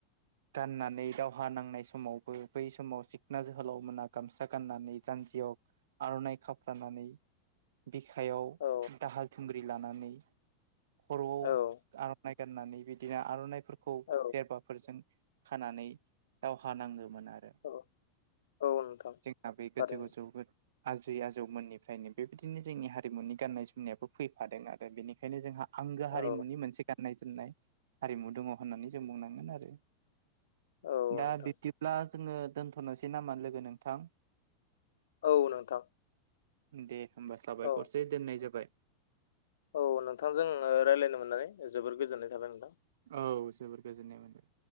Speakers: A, on the right (about 60°); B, on the left (about 60°).
A: गानना नै दावहा नांनाय समावबो बै समाव सिखना जोहोलाव मोना गामसा गाननानै जानजियाव आर'नाइ खाफ्रानानै बिखायाव
B: औ
A: दाहाल थुंग्रि लानानै खर'आव
B: औ औ
A: आर'नाइ गाननानै बिदिनो आर'नाइफोरखौ
B: औ
A: जेरबाफोरजों खानानै दावहा नाङोमोनआरो।
B: औ औ नोंथां
A: <unintelligible>
B: थारैनो
A: आजै आजौमोननिफ्रायनो बेबायदिनो जोंनि हारिमुनि गाननाय जोमनायाबो फैफादों आरो। बेनिखायनो जोंहा आंगो हारिमुनि
B: औ
A: मोनसे गाननाय जोमनाय हारिमु दङ होननानै जों बुंनांगोन आरो।
B: औ। नोंथां
A: दा बिब्दिब्ला जोङो दोन्थ'नोसै नामा लोगो नोंथां?
B: औ नोंथां
A: दे होमबा साबायखरसै
B: औ
A: दोननाय जाबाय।
B: औ नोंथांजों रायज्लायनो मोननानै जोबोर गोजोननाय थाबाय नोंथां।
A: औ जोबोर गोजोननाय मोनबाय।